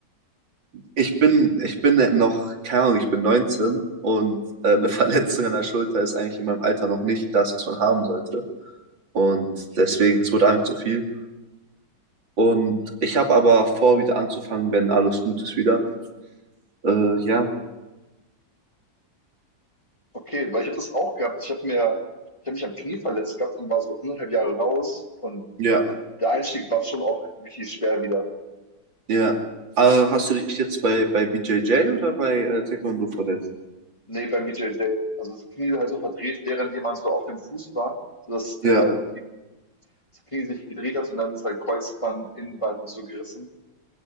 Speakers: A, on the right (about 80°); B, on the left (about 15°).
A: ich bin, ich bin noch, keine Ahnung, ich bin 19 und äh, eine <laughs> Verletzung an der Schulter ist eigentlich in meinem Alter noch nicht das, was man haben sollte. Und deswegen, es wurde einfach zu viel. Und ich habe aber vor, wieder anzufangen, wenn alles gut ist wieder. Äh, ja,
B: Okay, weil ich habe das auch gehabt. Ich habe mir, ich habe mich am Knie verletzt gehabt und war so anderthalb Jahre raus und
A: ja,
B: der Einstieg war schon auch richtig schwer wieder.
A: ja. Äh, hast du dich jetzt bei, bei BJJ oder bei äh, Taekwondo verletzt?
B: Nee, beim BJJ. Also das Knie halt so verdreht, während jemand so auf dem Fuß war, sodass der,
A: Ja,
B: die, das Knie sich gedreht hat und dann ist halt Kreuzband, Innenband so gerissen.